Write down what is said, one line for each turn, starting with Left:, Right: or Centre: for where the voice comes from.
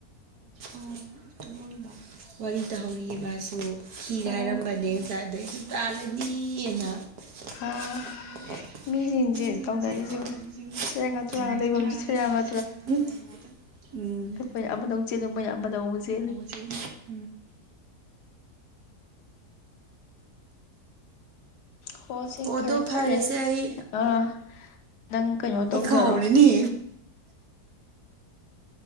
Right: ꯑꯣ ꯇꯃꯣꯜꯃ <inaudible> ꯋꯥꯔꯤ ꯇꯧꯍꯧꯔꯤ ꯃꯥꯁꯨ ꯊꯤ
Left: ꯑꯣ
Right: ꯍꯥꯏꯔꯝꯕꯅꯦ ꯉꯁꯥꯏ ꯑꯗꯩꯁꯨ ꯇꯥꯜꯂꯅꯤꯅ
Left: ꯑꯥ
Right: ꯑ
Left: ꯃꯤꯁꯤꯡꯁꯦ
Right: ꯦ
Left: ꯇꯧꯅꯔꯤꯁꯦ ꯌꯦꯡꯉꯨ
Right: ꯁꯤꯉꯗ
Left: ꯁꯦꯔꯥꯟꯒ ꯇꯨꯔꯥꯟꯒ ꯂꯩꯐꯝꯁꯦ ꯁꯦꯔꯥꯟꯒ
Right: <inaudible> ꯎꯝ
Left: ꯈꯣꯏꯅ ꯑꯃꯗ ꯑꯃꯨꯛ ꯆꯦꯜꯂꯤ ꯃꯣꯏꯅ ꯑꯃꯗ ꯑꯃꯨꯛ ꯆꯦꯜꯂꯤ
Right: <inaudible>
Left: ꯍꯣ ꯁꯦ
Right: ꯑꯣꯗꯣ
Left: ꯐꯔꯦ ꯐꯔꯦ
Right: ꯐꯔꯦꯁꯦ ꯑꯩ
Left: ꯑꯥ ꯅꯪ ꯀꯩꯅꯣ
Right: ꯑꯩ
Left: ꯇꯧꯖꯔꯣ
Right: ꯀꯥꯎꯔꯤꯅꯦ